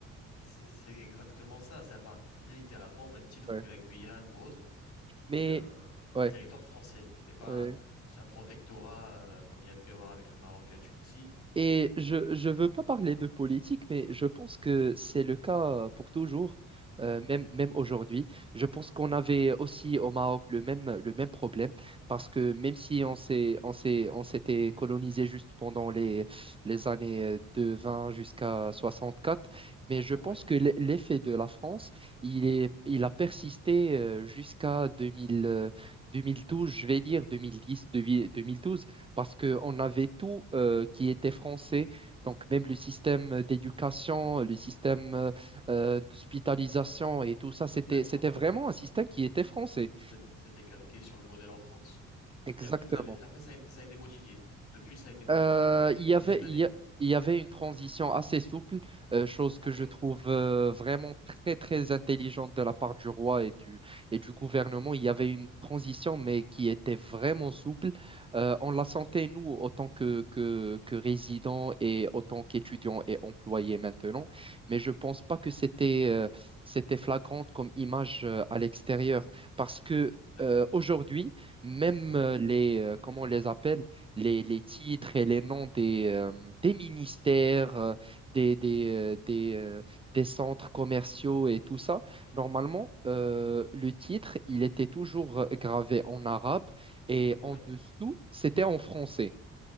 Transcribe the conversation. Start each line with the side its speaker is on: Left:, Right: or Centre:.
Left: c'est c'est exactement ça. Ça appartenait littéralement au même titre
Right: Ouais.
Left: que la Guyane ou autre. C'était
Right: Mais
Left: un,
Right: ouais,
Left: un territoire français. C'était pas
Right: ouais.
Left: c'est un protectorat euh, comme il y a pu y avoir avec le Maroc et la Tunisie.
Right: Et je je veux pas parler de politique, mais je pense que c'est le cas pour toujours, euh, même, même aujourd'hui. Je pense qu'on avait aussi au Maroc le même, le même problème, parce que même si on s'est, on s'est, on s'était colonisé juste pendant les, les années de 20 jusqu'à 64, mais je
Left: Bon,
Right: pense
Left: ouais,
Right: que l'e- l'effet de la France, il est, il a persisté euh, jusqu'à 2000, euh, 2012, je vais dire 2010, 2012 parce qu'on avait tout euh, qui était français, donc même le système d'éducation, le système euh, euh, d'hospitalisation et tout ça, c'était,
Left: d'accord.
Right: c'était vraiment un système qui était français.
Left: C'était c'était calqué sur le modèle en France.
Right: Exactement.
Left: Et après, vous avez, après ça a été, ça a été modifié. Depuis, ça a été modifié
Right: Euh,
Left: depuis, depuis
Right: il y
Left: une
Right: avait,
Left: dizaine d'années.
Right: il y a- il y avait une transition assez souple, euh, chose
Left: Ok,
Right: que je trouve euh, vraiment très, très intelligente de la part du roi et du, et du gouvernement. Il y avait une transition, mais qui était vraiment souple. Euh, on la sentait, nous, autant que, que, que résidents et autant qu'étudiants et employés maintenant. Mais je pense pas que c'était euh, c'était flagrante comme image euh, à l'extérieur parce que
Left: d'accord.
Right: euh, aujourd'hui, même
Left: Oui.
Right: euh, les, euh, comment on les appelle, les, les titres et les noms des, euh, des ministères, euh, des, des, euh, des, euh, des centres commerciaux et tout ça,
Left: Mhm.
Right: normalement, euh, le titre, il était toujours euh, gravé en arabe et
Left: Ouais.
Right: en dessous, c'était en français.